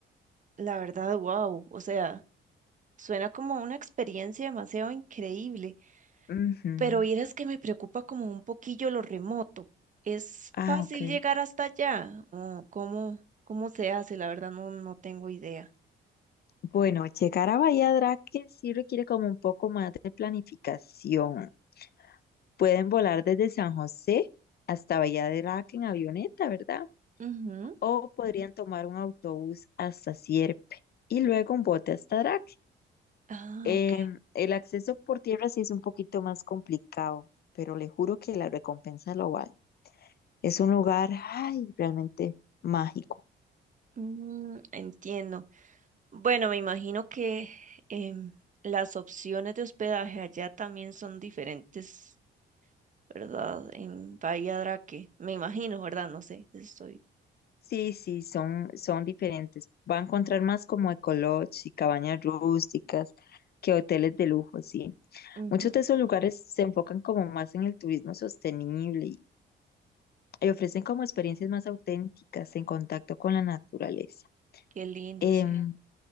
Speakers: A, on the right; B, on the left.
A: La verdad, wow. O sea, suena como una experiencia demasiado increíble.
B: Ujú.
A: Pero vieras que me preocupa como un poquillo lo remoto. ¿Es
B: Ah,
A: fácil
B: ok.
A: llegar hasta allá? ¿O cómo, cómo se hace? La verdad, no, no tengo idea.
B: Bueno, llegar a Bahía Draque sí requiere como un poco más de planificación. Pueden volar desde San José hasta Bahía de Valladolid en avioneta, ¿verdad?
A: Ujú.
B: O podrían tomar un autobús hasta Sierpe y luego un bote hasta Drac.
A: Ah,
B: Em,
A: ok.
B: el acceso por tierra sí es un poquito más complicado, pero le juro que la recompensa lo vale. Es un lugar, ay, realmente mágico.
A: Mm, entiendo. Bueno, me imagino que em, las opciones de hospedaje allá también son diferentes, ¿verdad? En Bahía Draque, me imagino, ¿verdad? No sé, estoy.
B: Sí, sí, son, son diferentes. Va a encontrar más como ecolodge y cabañas rústicas que hoteles de lujo, sí.
A: Ujú,
B: Muchos de esos lugares se enfocan como más en el turismo sostenible y, y ofrecen como experiencias más auténticas en contacto con la naturaleza.
A: Qué lindo,
B: Em,
A: sí.